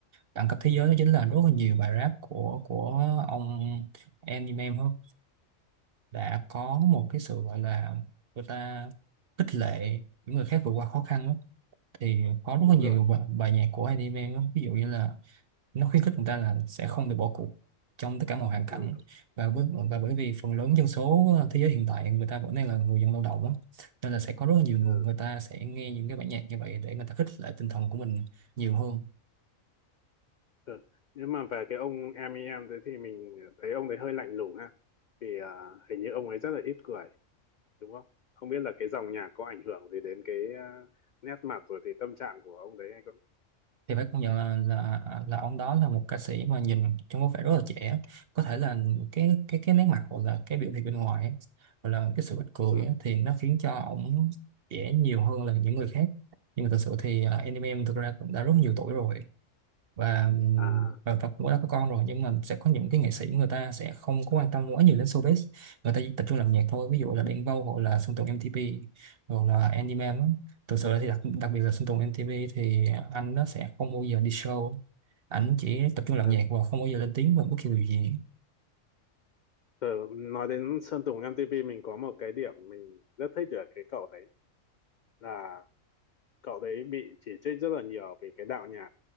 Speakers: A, on the right; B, on the left.
A: đẳng cấp thế giới đó chính là rất là nhiều bài rap của của ông anime em hơn đã có một cái sự gọi là người ta khích lệ những người khác vượt qua khó khăn đó. thì có rất
B: đúng
A: là nhiều
B: rồi
A: bài, bài nhạc của anime đó ví dụ như là nó khuyến khích người ta là sẽ không được bỏ cuộc trong tất cả mọi hoàn cảnh
B: ừ,
A: và bởi, và bởi vì phần lớn dân số thế giới hiện tại người ta vẫn đang là người dân lao động á nên là sẽ có rất là nhiều người
B: ừ,
A: người ta sẽ nghe những cái bản nhạc như vậy để người ta khích lệ tinh thần của mình nhiều hơn
B: ừ. nhưng mà về cái ông em ý em đấy thì mình thấy ông đấy hơi lạnh lùng ha vì à, hình như ông ấy rất là ít cười đúng không không biết là cái dòng nhạc có ảnh hưởng gì đến cái à, nét mặt rồi thì tâm trạng của ông đấy hay không
A: thì phải công nhận là là là ông đó là một ca sĩ mà nhìn trông có vẻ rất là trẻ có thể là cái cái cái nét mặt hoặc là cái biểu hiện bên ngoài ấy, hoặc là cái sự ít cười
B: ừ.
A: ấy, thì nó khiến cho ông trẻ nhiều hơn là những người khác nhưng mà thật sự thì à, anh em em thực ra cũng đã rất nhiều tuổi rồi và
B: à
A: và, và cũng đã có con rồi nhưng mà sẽ có những cái nghệ sĩ người ta sẽ không có quan tâm quá nhiều đến showbiz người ta chỉ tập trung làm nhạc thôi ví dụ là Đen Vâu hoặc là Sơn Tùng M-TP hoặc là Andy Man á thực sự thì đặc, đặc biệt là Sơn Tùng M-TP thì anh nó sẽ không bao giờ đi show ảnh chỉ tập trung làm
B: à,
A: nhạc và không bao giờ lên tiếng về bất kỳ điều gì
B: Tớ nói đến Sơn Tùng MTP mình có một cái điểm mình rất thích ở cái cậu đấy là cậu đấy bị chỉ trích rất là nhiều vì cái đạo nhạc